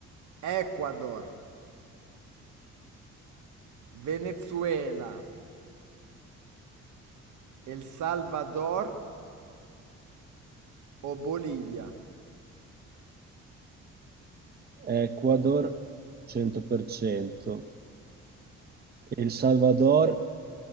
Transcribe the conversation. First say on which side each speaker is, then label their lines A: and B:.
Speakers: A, on the right; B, on the right.
A: Ecuador, Venezuela, El Salvador o Bolivia?
B: Ecuador 100%. El Salvador